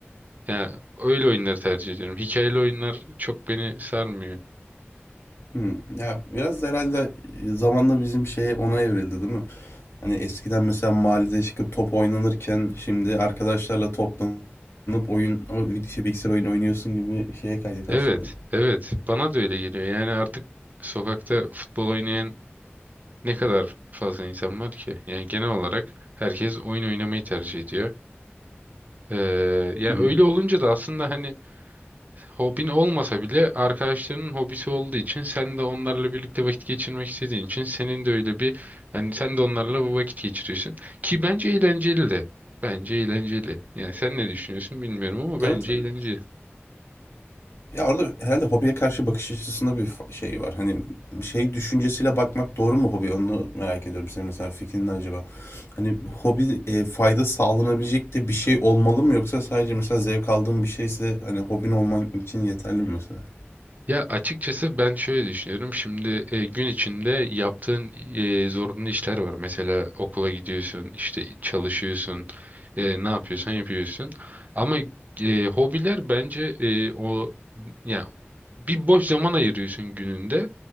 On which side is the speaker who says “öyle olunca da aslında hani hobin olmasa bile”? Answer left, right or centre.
Right